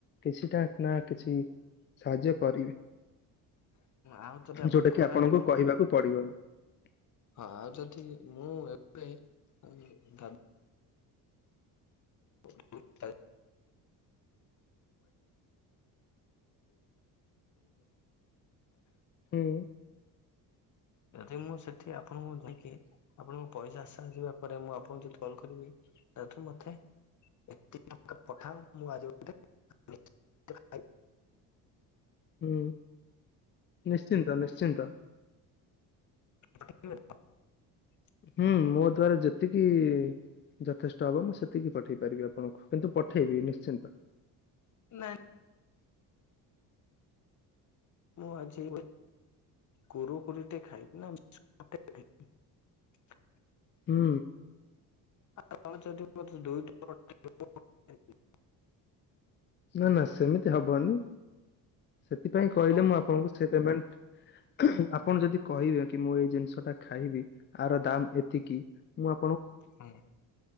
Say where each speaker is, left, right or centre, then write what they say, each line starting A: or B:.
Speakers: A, on the left; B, on the left.
A: କିଛିଟା ନା କିଛି ସାହାଯ୍ୟ କରିବି।
B: ଆଉ ଯଦି ଆପଣ
A: ଯୋଉଟା
B: ଖରାପ
A: କିି ଆପଣଙ୍କୁ
B: କାମ
A: କହିବାକୁ ପଡିବନି।
B: ହଁ ଆଉ ଯଦି ମୁଁ ଏବେ ଉଁ ଭାବ୍ <unintelligible> <unintelligible>
A: ହୁଁ
B: ଯଦି ମୁଁ ସେଠି ଆପଣଙ୍କୁ ଯାଇଁକି ଆପଣଙ୍କ ପଇସା ଆସ ଯିବା ପରେ ମୁଁ ଆପଣଙ୍କୁ ଯଦି କଲ୍ କରିବି। ତାଠୁ ମତେ ଏତେ ଟଙ୍କା ପଠାଅ ମୁଁ ଆଜି ଗୋଟେ, <unintelligible>
A: ହୁଁ। ନିଶ୍ଚିନ୍ତ ନିଶ୍ଚିନ୍ତ।
B: <unintelligible>
A: ହୁଁ ମୋ ଦ୍ଵାରା ଯେତିକି ଇ ଯଥେଷ୍ଟ ହବ ମୁଁ ସେତିକି ପଠେଇ ପାରିବି ଆପଣଙ୍କୁ କିନ୍ତୁ ପଠେଇବି ନିଶ୍ଚିନ୍ତ।
B: ନାଁ ମୁଁ ଆଜି କୁରୁକୁରିଟେ ଖାଇବି ଆଉ <unintelligible> <unintelligible>
A: ହୁଁ।
B: <unintelligible>
A: ନା ନା ସେମିତି ହବନି। ସେଥିପାଇଁ କହିଲେ
B: ଟଙ୍କା
A: ମୁଁ ଆପଣଙ୍କୁ ସେ ପେମେଣ୍ଟ ଆପଣ ଯଦି କହିବେ କି ମୁଁ ଏଇ ଜିନିଷ ଟା ଖାଇବି ଆର ଦାମ୍ ଏତିକି ମୁଁ ଆ
B: ହୁଁ ହଁ